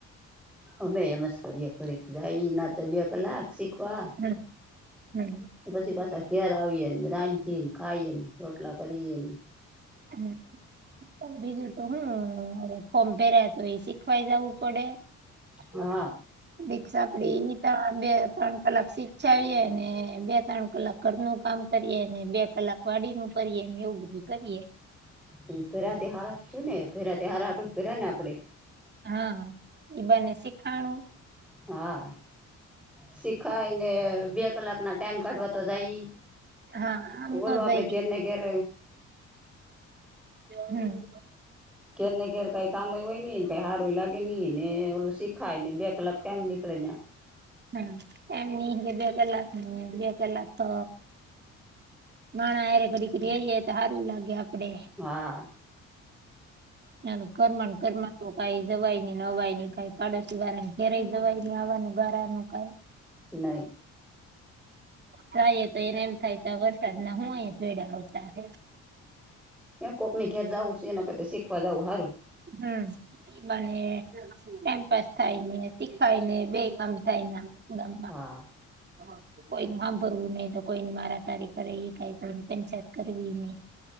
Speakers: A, in the centre; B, on the right.
A: હમે એમ જ કરીએ, ઘડીક જાય ના તો બે કલાક શીખવા.
B: હમ, હમ.
A: પછી પાછા ઘેર આવીએ ને, રાંધીએ ને, ખાઈને રોટલા કરીએ ને.
B: હમ. બીજું તો હમ અમે ફર્યા, તો એ શીખવાઈ જવું પડે. <unintelligible>
A: હા
B: આપડી.
A: એ
B: તો બે-ત્રણ કલાક શિક્ષાવીએ ને, બે-ત્રણ કલાક ઘરનું કામ કરીએ ને, બે કલાક વાડી નું કરીએ, ને એવું બધું કરીએ.
A: હ, ફેરા તો હારા છું ને, ફેરા ત હારાટ પેરા ને આપડે.
B: હા, એ બને શીખાણું.
A: હા, શીખાય ને, બે કલાક ના ટાઈમ કાઢવા તો જઈ.
B: હા આમ
A: બોલો,
B: ન
A: આપડે
B: જઈ
A: ધેરને ધેર.
B: હમ.
A: ધેરને, ઘેર કંઈ કામ હોય નઈ કઈ હારું લાગે નઈ ને ઓલું સીખાય ને બે કલાક કેમ નીકળે.
B: હમ એમની બે બે કલાક ની બે કલાક તો માણા હારે ઘડીક રઈએ તો હારું લાગે આપડે.
A: હા.
B: ના ઘરમાં ને ઘરમાં તો કઈ જવાઈ નય કઈ પાડોશી વાળાની ઘરેય જવાઈ આવવાનું ગારાનું કઈ
A: નઈ.
B: જાય તો એને એમ થાય તા વરસાદ ના હોયય જોડે આવતા હ.
A: એમ કોક ની ઘેર જવું છે એના કરતા શીખવા જવું સારું.
B: હમ, એ બાને ટાઈમ પાસ થાયને શીખાય ને બે કામ થાય ના
A: હા
B: <unintelligible> કોઈ ન સાંભરવું નહી તો કોઈની મારા તારી કર એ કઈ પંચાયત કરવી નહી.